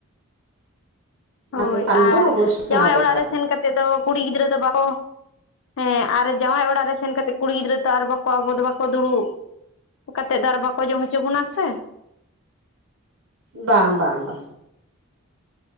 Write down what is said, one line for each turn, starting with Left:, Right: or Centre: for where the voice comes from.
Left: ᱦᱳᱭ
Right: ᱚᱱᱟ ᱛᱮᱜᱮ ᱠᱟᱹᱢᱤ
Left: ᱟᱨ
Right: ᱫᱚ ᱚᱵᱚᱥᱥᱳᱭ ᱥᱮᱬᱟ
Left: ᱡᱟᱶᱟᱭ
Right: ᱫᱚᱨᱠᱟᱨ
Left: ᱚᱲᱟᱜ ᱨᱮ ᱥᱮᱱ ᱠᱟᱛᱮᱫ ᱫᱚ ᱠᱩᱲᱤ ᱜᱤᱫᱽᱨᱟᱹ ᱫᱚ ᱵᱟᱠᱚ ᱦᱮᱸ ᱟᱨ ᱡᱟᱶᱟᱭ ᱚᱲᱟᱜ ᱨᱮ ᱥᱮᱱ ᱠᱟᱛᱮᱜ ᱠᱩᱲᱤ ᱜᱤᱫᱽᱨᱟᱹ ᱛᱚ ᱟᱨ ᱵᱟᱠᱚ ᱟᱵᱚ ᱫᱚ ᱵᱟᱠᱚ ᱫᱩᱲᱩᱵ ᱠᱟᱛᱮᱫ ᱫᱚ ᱟᱨ ᱵᱟᱠᱚ ᱡᱚᱢ ᱦᱚᱪᱚ ᱵᱚᱱᱟ ᱥᱮ?
Right: ᱵᱟᱝ ᱵᱟᱝ ᱵᱟ᱾